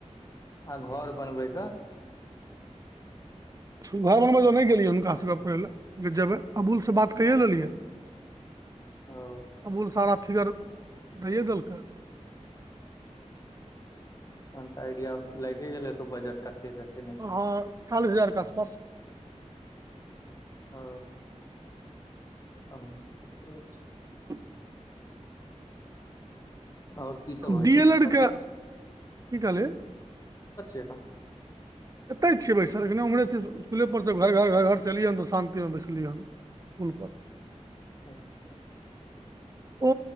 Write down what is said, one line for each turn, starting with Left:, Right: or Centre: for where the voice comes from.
Left: आ घर बनबैके
Right: घर बनबै ज नहि गेलियै हुनकासँ गप करै लए जे जेबै अबूलसँ बात कैए लेलियै
Left: ओ
Right: अबूल सारा फिगर दऽ देलकै
Left: तहन तऽ आइडिया लागि गेल हे तू बजट कते जेत
Right: हाँ चालीस हजार के आसपास
Left: ओ तहन तऽ ठिके छै
Right: <inaudible>
Left: आओर कीसभ होइ
Right: डी
Left: छै
Right: एल एड
Left: कतय
Right: के की कलहि
Left: एखन
Right: एतहि छियै बैसल एखने ओम्हे छैसकुलपर सभ घर घर अलियै ह तऽ शान्तिमे बैसलियैन पुल पर
Left: अच्छा
Right: ओ